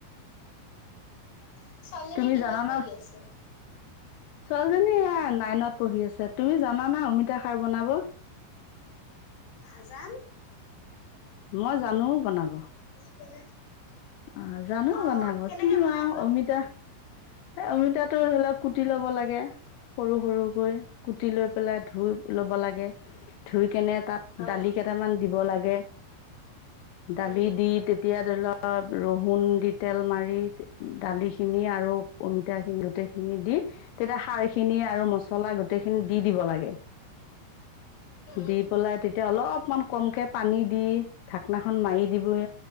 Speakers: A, on the left (about 70°); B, on the left (about 80°).
A: <inaudible> ছোৱালীজনী
B: তুমি
A: কিহত
B: জানানা
A: পঢ়ি আছে?
B: ছোৱালীজনী এইয়া নাইনত পঢ়ি আছে। তুমি জানা না অমিতা খাৰ বনাব?
A: নাজানো।
B: মই জানো বনাব।
A: <inaudible>
B: অ জানো
A: অ',
B: বনাব
A: কেনেকে
B: কিনো‌
A: বনাই
B: আৰু
A: নো?
B: অমিতা অমিতাটো অলপ কুটি ল'ব লাগে সৰু সৰুকৈ কুটি লৈ পেলাই ধুই লব লাগে, ধুই কেনে তাত
A: অ',
B: দালি কেইটামান দিব লা গে। দালি
A: উম,
B: দি তেতি এতিয়া ধৰি লওক, ৰহুণ দি তেল মাৰি দালিখিনি আৰু অমিতা খিনি গোটেইখিনি দি তেতিয়া, খাৰ খিনি আৰু মছলা গোটেইখিনি দি দিব লাগে।
A: উম,
B: দি পেলাই তেতিয়া অলপ অকণমান কমকৈ পানী দি ঢাকনাখন মাৰি দিবই,